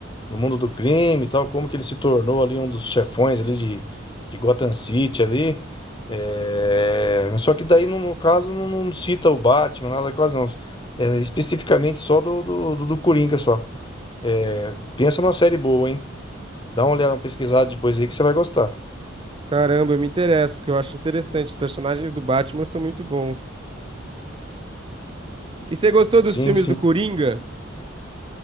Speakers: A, on the left; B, on the right.
A: no mundo do crime e tal, como que ele se tornou ali um dos chefões ali de, de Gotham City ali. É, mas só que daí, no, no caso, não, não cita o Batman, nada quase não. É, especificamente só do, do, do, do Coringa só. É, pensa numa série boa, hein? Dá uma olhada, uma pesquisada depois aí que você vai gostar.
B: Caramba, eu me interesso, porque eu acho interessante. Os personagens do Batman são muito bons. E você gostou dos
A: Sim,
B: filmes
A: sim.
B: do Coringa?